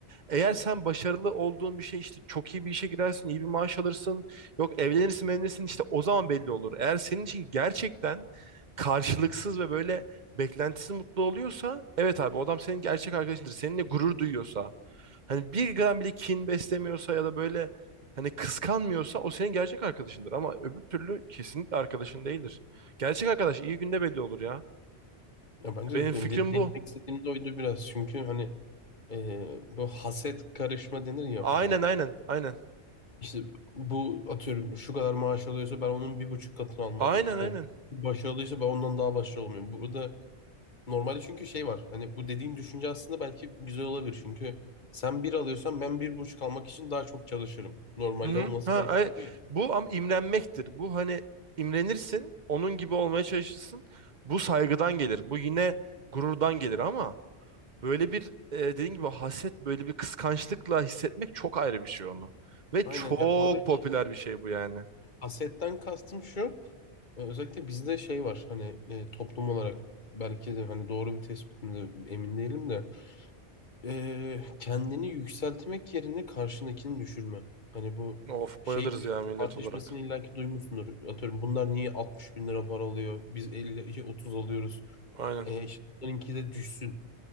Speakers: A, on the right; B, on the left.
A: Eğer sen başarılı olduğun bir şey işte çok iyi bir işe girersin, iyi bir maaş alırsın. Yok evlenirsin, evlenirsin işte o zaman belli olur. Eğer senin için gerçekten karşılıksız ve böyle beklentisiz mutlu oluyorsa evet abi o adam senin gerçek arkadaşındır. Seninle gurur duyuyorsa hani bir gram bile kin beslemiyorsa ya da böyle hani kıskanmıyorsa o senin gerçek arkadaşındır ama öbür türlü kesinlikle arkadaşın değildir. Gerçek arkadaş iyi günde belli olur ya.
B: Ya bence
A: Benim
B: de
A: fikrim
B: benim de değinmek
A: bu.
B: istediğim de oydu biraz. Çünkü hani e, bu haset karışma denir ya
A: Aynen
B: hani
A: aynen aynen.
B: işte bu atıyorum şu kadar maaş alıyorsa ben onun bir buçuk katını almalıyım
A: Aynen
B: işte.
A: aynen.
B: Başı alıyorsa ben ondan daha başarılı olmayayım. Bu da normalde çünkü şey var hani bu dediğim düşünce aslında belki güzel olabilir. Çünkü sen bir alıyorsan ben bir buçuk almak için daha çok çalışırım. Normalde
A: Hı hı.
B: olması
A: Ha,
B: gereken
A: ay-
B: bu ya.
A: bu ama imrenmektir. Bu hani imrenirsin, onun gibi olmaya çalışırsın. Bu saygıdan gelir. Bu yine gururdan gelir ama Böyle bir e, dediğin gibi haset, böyle bir kıskançlıkla hissetmek çok ayrı bir şey onu. Ve çok
B: Aynen ya oradaki
A: popüler bir şey bu yani.
B: hasetten kastım şu. Ee, Özellikle bizde şey var hani e, toplum olarak belki de hani doğru bir tespit mi de emin değilim de e, kendini yükseltmek yerine karşındakini düşürme. Hani bu
A: Of
B: şey
A: bayılırız
B: düş-
A: ya millet
B: tartışmasını
A: olarak.
B: illaki duymuşsundur. Atıyorum bunlar niye 60 bin lira para alıyor? Biz 50 şey, 30 alıyoruz.
A: Aynen.
B: E, işte bunlarınki de düşsün.